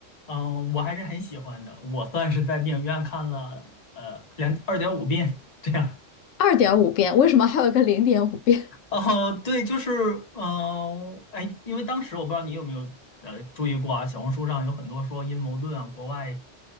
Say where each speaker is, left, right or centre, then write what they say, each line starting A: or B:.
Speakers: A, on the left; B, on the left.
A: 嗯，我还是很喜欢的。我算是在电影院看了呃两二点五遍这样。
B: 二点五遍，为什么还有个零点五遍？
A: 哦、对，就是嗯、呃哎，因为当时我不知道你有没有呃注意过啊，小红书上有很多说阴谋论啊，国外